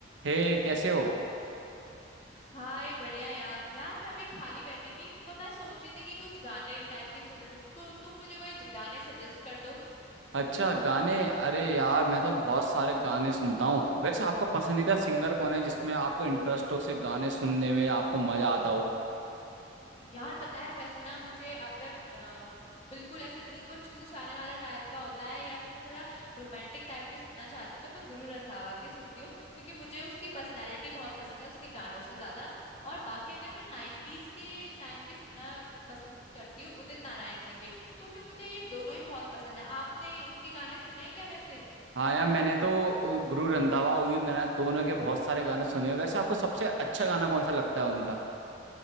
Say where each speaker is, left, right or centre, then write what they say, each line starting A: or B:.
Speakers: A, on the right (about 80°); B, on the left (about 35°).
A: हे कैसे हो
B: हाय बढ़िया यार यार मैं अभी खाली बैठी थी तो मैं सोच रही थी कि कुछ गाने टाइप के सुन लूं को, तुम मुझे कोई गाने सजेस्ट कर दो
A: अच्छा गाने अरे यार मैं तो बहुत सारे गाने सुनता हूँ वैसे आपका पसंदीदा सिंगर कौन है जिसमें आपको इंटरेस्ट हो से गाने सुनने में आपको मजा आता हो
B: यार पता है वैसे ना मुझे अगर अ, बिल्कुल ऐसे दिल को छू छाने वाला टाइप का होता है या फिर मैं थोड़ा रोमांटिक टाइप के सुनना चाहती हूँ तो मैं गुरु रंधावा के सुनती हूँ क्योंकि मुझे उसकी पर्सनैलिटी बहुत पसंद है उसके गानों से ज्यादा और बाकी अगर मैं नाइन्टीज के टाइम की सुनना पसंद करती हूँ उदित नारायण जी के तो फिर मुझे ये दोनों ही बहुत पसंद है आपने इनके गाने सुने हैं क्या वैसे
A: हाँ यार मैंने तो उ- गुरु रंधावा उदित नारायण दोनों के बहुत सारे गाने सुने हैं वैसे आपको सबसे अच्छा गाना कौन सा लगता है उनका